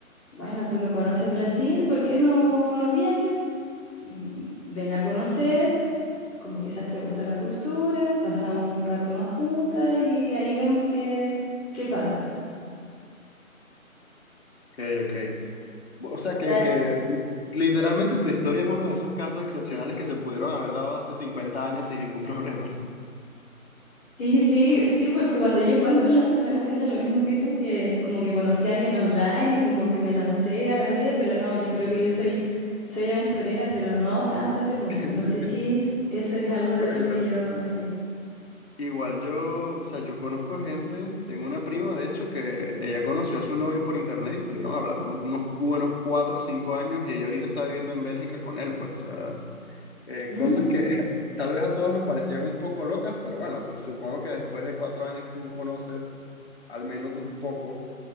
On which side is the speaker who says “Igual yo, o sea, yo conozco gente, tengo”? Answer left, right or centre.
Left